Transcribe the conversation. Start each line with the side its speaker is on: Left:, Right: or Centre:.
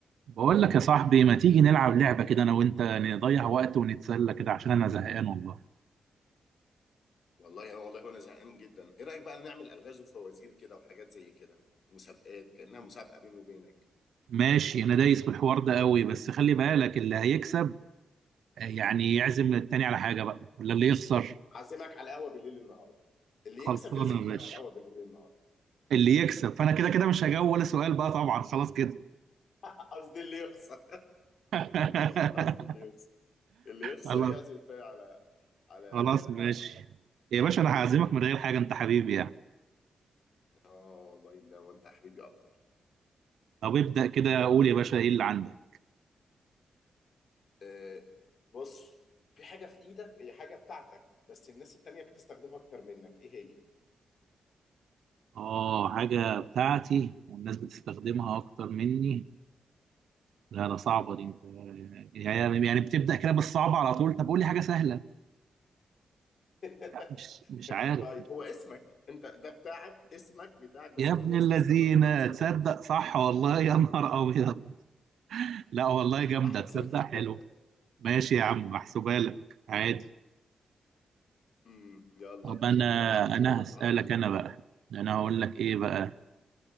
Right: بقول لك يا صاحبي ما تيجي نلعب لعبة كده أنا وأنت نضيع وقت ونتسلى كده عشان أنا زهقان والله
Left: والله والله وانا زهقان جدا ايه رايك بقى نعمل الغاز وفوازير كده وحاجات زي كده مسابقات كانها مسابقه بيني وبينك
Right: ماشي أنا دايس في الحوار ده قوي بس خلي بالك اللي هيكسب آه، يعني يعزم التاني على حاجة بقى ولا اللي يخسر
Left: اعزمك على القهوه بالليل النهارده اللي
Right: خلصانة
Left: يكسب يعزم التاني
Right: يا باشا
Left: على القهوه بالليل النهارده
Right: اللي يكسب فأنا كده كده مش هجاوب ولا سؤال بقى طبعا خلاص كده
Left: <laughs> قصدي اللي يخسر
Right: <laughs>
Left: <laughs> قصدي اللي يخسر اللي يخسر
Right: خلاص
Left: يعزم التاني على على
Right: خلاص ماشي
Left: قهوه النهارده
Right: يا باشا أنا هعزمك من غير حاجة أنت حبيبي يعني
Left: اه والله لا وانت حبيبي اكتر
Right: طب ابدأ كده قول
Left: طيب
Right: يا باشا إيه اللي عندك
Left: آه بص في حاجه في ايدك هي حاجه بتاعتك بس الناس التانيه بتستخدمها اكتر منك ايه
Right: آه حاجة بتاعتي والناس بتستخدمها أكتر مني لا ده صعبة دي انت يعني يعني بتبدأ كده بالصعب على طول طب قول لي حاجة سهلة
Left: هي <laughs>
Right: لا، مش مش
Left: <laughs>
Right: عارف
Left: طيب هو اسمك انت ده بتاعك اسمك بتاعك بس
Right: يا
Left: كل
Right: ابن
Left: الناس
Right: الذين
Left: بتستخدمه وانت ما بتستخدموش
Right: تصدق صح والله يا نهار أبيض لا والله جامدة
Left: واحد
Right: تصدق
Left: صفر
Right: حلو ماشي يا عم محسوبة لك عادي
Left: <laughs> امم يلا
Right: طب أنا
Left: انت بقى
Right: أنا
Left: دورك
Right: هسألك
Left: على طول
Right: أنا بقى أنا هقول لك إيه بقى